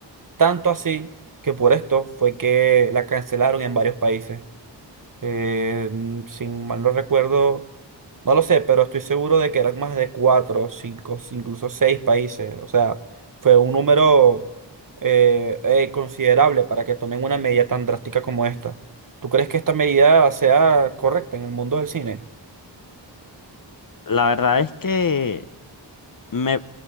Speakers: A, on the right (about 45°); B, on the left (about 50°).
A: tanto así que por esto fue que la cancelaron en varios países. Eh, mm, sin mal no recuerdo, no lo sé, pero estoy seguro de que eran más de cuatro, cinco, incluso seis países. O sea, fue un número eh, eh, considerable para que tomen una medida tan drástica como esta. ¿Tú crees que esta medida sea correcta en el mundo del cine?
B: La verdad es que me,